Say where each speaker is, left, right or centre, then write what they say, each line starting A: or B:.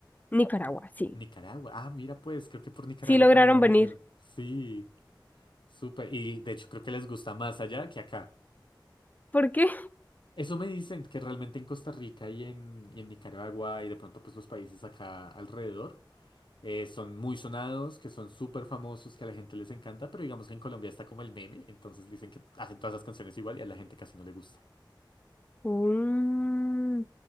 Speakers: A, on the left (about 20°); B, on the left (about 70°).
A: Nicaragua, sí.
B: Nicaragua. Ah, mira, pues, creo que por Nicaragua
A: Sí lograron
B: también han
A: venir.
B: ido. Sí, súper. Y de hecho creo que les gusta más allá que acá.
A: ¿Por qué?
B: Eso me dicen que realmente en Costa Rica y en, y en Nicaragua y de pronto pues los países acá alrededor eh, son muy sonados, que son súper famosos, que a la gente les encanta, pero digamos que en Colombia está como el meme, entonces dicen que hacen todas las canciones igual y a la gente casi no le gusta.
A: Mm.